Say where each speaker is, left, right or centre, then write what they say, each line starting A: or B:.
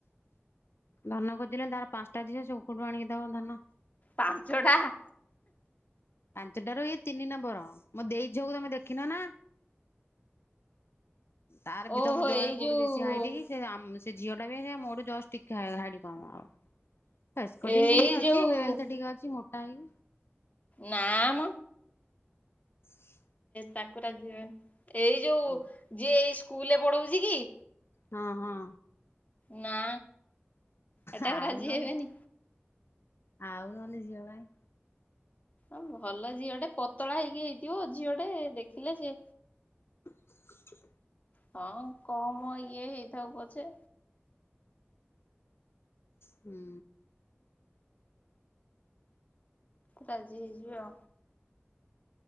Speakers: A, on the left; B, on the left.
A: ଧନ ଖୋଜିଲେ ତାର ପାଞ୍ଚଟା ଝିଅ ସେକଉଠୁ ଆଣିକି ଦବ ଧନ
B: ପାଞ୍ଚଟା ହଁ।
A: ପାଞ୍ଚଟ ର ଇଏ ତିନି ନମ୍ବର ମୁଁ ଦେଇଝିଅକୁ ତମେ ଦେଖିନ ନା। ତାର
B: ଓହୋ
A: ବି ତମ
B: ଏଇ
A: ଜୟ କୋଉଠି
B: ଯୋଉ
A: ବେଶୀ ହାଇଟି କି ସେ ସେ ଝିଅ ଟା ବିଇ ମୋରଠୁ ଜଷ୍ଟ ଟିକେ ହାଇଡ଼ି କମ ଆଉ। ଫେସକଟିଙ୍ଗ
B: ଏଇ
A: ଯେମିତି ଅଛି
B: ଯୋଉ
A: ହେଲଥ ଟିକେ ଅଛି ମ ଆାଇ
B: ନା। ହଁ।
A: <unintelligible>
B: ଠାକୁରା ଯିବେ। ଏଇ ଯୋଉ
A: ହୁଁ
B: ଯିଏ ଏଇ ସ୍କୁଲରେ ପଢଉଛି କି?
A: ହଁ ହଁ।
B: ନା। ଏଟାକୁ
A: ଆଉ
B: ରାଜି
A: ନହେଲେ
B: ହେବେନି।
A: ଆଉ ନହେଲେ ଝିଅ ଭାଇ
B: ହଁ ଭଲ ଝିଏ ଗୋଟେ ପତଳା ହେଇକି ହେଇଥିବ ଝିଅଟେ ଦେଖିଲେ ସିଏ
A: ଆଛା
B: ହଁ କମ ଇଏଇ କଥା ପଛେ
A: ହୁଁ
B: ତାଜି ହେଇଛି